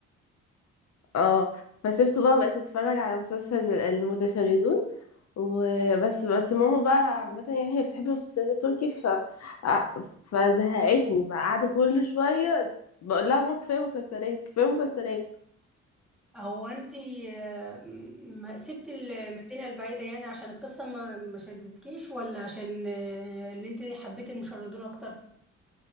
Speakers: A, on the left; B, in the centre.
A: اه فسبته بقى بقيت اتفرج على مسلسل المتشردون وبس بس ماما بقى عامة يعني هي بتحب المسلسلات التركي ف ع- فزهقتني بقى قاعدة كل شوية بقول لها ماما كفاية مسلسلات كفاية مسلسلات
B: هو انتي آه، ما سبتي المدينة البعيدة يعني عشان القصة ما ما شدتكيش ولا عشان آه، اللي انتي حبيتي المشردون اكتر